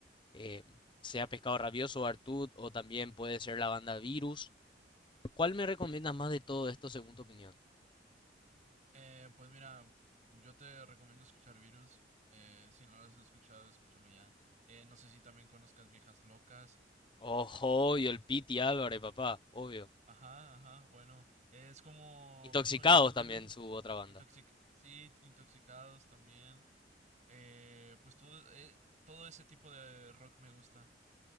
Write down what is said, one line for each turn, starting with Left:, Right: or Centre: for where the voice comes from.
Left: Em, sea Pescado Rabioso o Artud, o también puede ser la banda Virus. ¿Cuál me recomiendas más de todo esto según tu opinión?
Right: Eh, pues mira, yo te recomiendo escuchar Virus. Eh, si no lo has escuchado, escúchalo ya. Eh, no sé si también conozcas Viejas Locas.
Left: Ojo, y el Piti Álvarez, papá, obvio.
Right: Ajá, ajá, bueno. es como,
Left: Intoxicados
Right: pues, sonidos de
Left: también
Right: esos.
Left: su otra banda.
Right: Intoxic- sí, intoxicados también. Eh, pues todo, eh, todo ese tipo de rock me gusta.